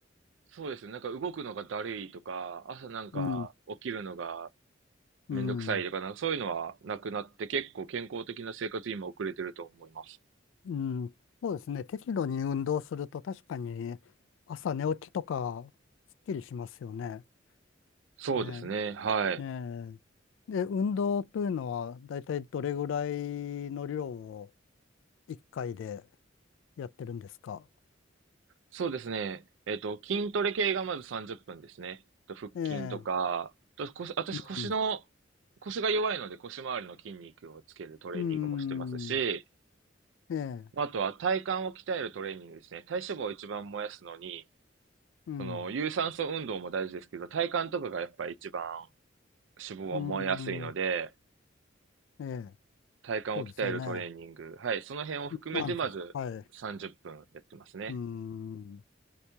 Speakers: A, on the right; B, on the left.
A: そうですね。なんか動くのがだるいとか、朝なんか起きるのが
B: うん。うん。
A: めんどくさいとか、なんかそういうのはなくなって結構健康的な生活に今送れてると思います。
B: うん、そうですね。適度に運動すると確かに朝寝起きとかすっきりしますよね。
A: そうですね。
B: ええ
A: はい。
B: ねえ。で、運動というのはだいたいどれぐらいの量を1回でやってるんですか
A: そうですね。えっと、筋トレ系がまず30分ですね。と腹筋とか、
B: ええ、
A: と腰私腰の、
B: うん、
A: 腰が弱いので腰周りの筋肉をつけるトレーニングもしてますし、
B: うん、ええ、
A: まあとは体幹を鍛えるトレーニングですね。体脂肪を一番燃やすのに、
B: うん、
A: その有酸素運動も大事ですけど、体幹とかがやっぱり一番脂肪は燃えやすいので、
B: うん、ええ、
A: 体幹を鍛えるトレーニング。
B: そうですよね。
A: はい。その辺を含めて、
B: なんだ、
A: まず30分やってますね。
B: はい、うん、